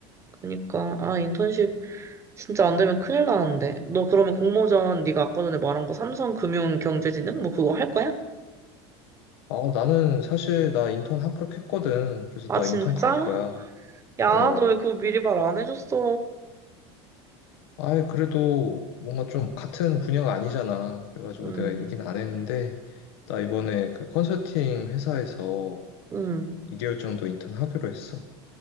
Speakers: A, on the right (about 20°); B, on the left (about 80°).
A: 그니까. 아, 인턴십 진짜 안 되면 큰일 나는데. 너 그러면 공모전 네가 아까 전에 말한 거 삼성금융경제지능? 뭐 그거 할 거야?
B: 아, 나는 사실 나 인턴 합격했거든. 그래서
A: 아,
B: 나
A: 진짜?
B: 인턴 갈 거야.
A: 야,
B: 어,
A: 너 왜 그거 미리 말 안 해줬어?
B: 아이, 그래도 뭔가 좀 같은 분야가 아니잖아. 그래가지고
A: 응,
B: 내가 얘기는 안 했는데, 나 이번에 그 컨설팅 회사에서
A: 응.
B: 2개월 정도 인턴 하기로 했어.